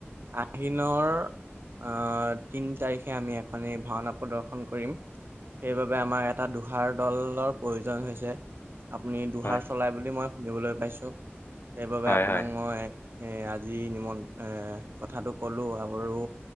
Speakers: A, on the right; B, on the left.
A: আহিনৰ আহ তিন তাৰিখে আমি এখনি ভাওনা প্ৰদৰ্শন কৰিম। সেইবাবে আমাৰ এটা দোহাৰ দলৰ প্ৰয়োজন হৈছে। আপুনি দোহাৰ
B: হয়
A: চলাই বুলি মই শুনিবলৈ পাইছোঁ সেইবাবে
B: হয়
A: আপোনাক
B: হয়
A: মই এ আজি নিমন্ত্ৰ এ কথাটো ক'লো আৰু